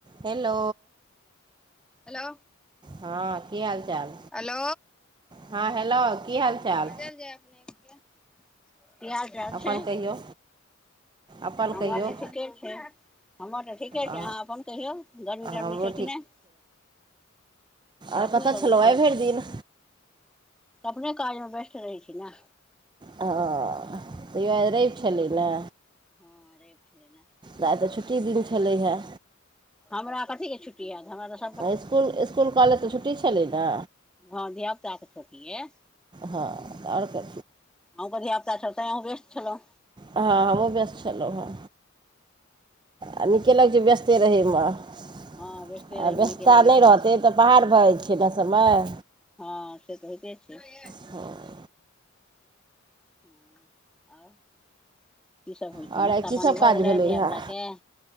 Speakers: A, on the right; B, in the centre.
A: Hello
B: hello
A: हाँ की हाल चाल
B: हेलो
A: हाँ हेलो की हाल चाल
B: बाजल जाय अपने के की हाल चाल
A: अपन
B: छै
A: कहियौ अपन
B: हमर
A: कहियौ
B: तऽ ठीके छै हमर तऽ ठीके
A: आ,
B: छै अहाँ अपन कहियौ गर्मी तरमी
A: हमरो
B: छै कि नहि गर्मियो
A: आर कतय
B: लगै
A: छलबइ
B: छै
A: भरि दिन
B: अपने काज मे व्यस्त रहै छी ने
A: ह तैो आ रवि छलै ने
B: हँ अरेप छै ल ने
A: आ आइ तऽ छुट्टी दिन छलै हेँ
B: हमरा कथीे छुट्टी आयत हमरा त
A: इसकुल इसकुल कॉलेज तऽ छुट्टी छलै ने
B: हँ धियापुता तऽ छोटी है
A: हँ आओर कर
B: ह की आता छ तऽह व्य्त छलौ
A: हँ ओ बस छललो हँ आ निकेलग छै व्यस्ते रहै में आ
B: हँ व्यस्ते रहैमे
A: व्यस्तता
B: नीके लगै
A: नहि
B: छै
A: रहतै तऽ बाहार भऽ जाइ छैै ने समय
B: हँ से तऽ होेइते छै
A: हँ
B: ह आर की सब होइ
A: आओर
B: छै नास्ता
A: आइ कीसभ
B: पानी
A: काज
B: भऽ गेलै
A: भेलै
B: धििय
A: हँ
B: पुता के